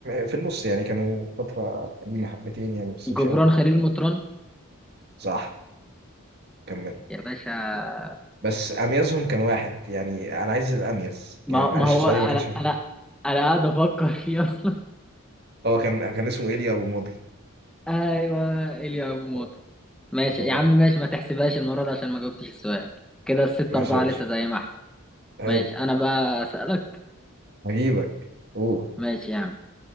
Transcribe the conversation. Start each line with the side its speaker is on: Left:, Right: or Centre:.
Right: في النص يعني كانوا فترة قديمة حبتين يعني بس مش
Centre: جبران
Right: قوي
Centre: خليل مطران
Right: صح كمل
Centre: يا باشا
Right: بس اميزهم كان واحد يعني انا عايز الاميز
Centre: ما
Right: يعني معلش
Centre: ما هو
Right: سؤالي
Centre: انا
Right: ما كانش مهم.
Centre: انا انا قاعد افكر فيه اصلا
Right: هو كان كان اسمه ايليا ابو ماضي
Centre: <laughs> ايوه ايليا ابو موت
Right: هو
Centre: ماشي
Right: هو
Centre: يا عم
Right: ده
Centre: ماشي ما تحسبهاش المره دي عشان ما جاوبتش السؤال كده الستة
Right: ماشي
Centre: أربعة
Right: يا باشا
Centre: لسه زي ما احنا
Right: حلو
Centre: ماشي انا بقى اسالك
Right: هجيبك قول
Centre: ماشي يا عم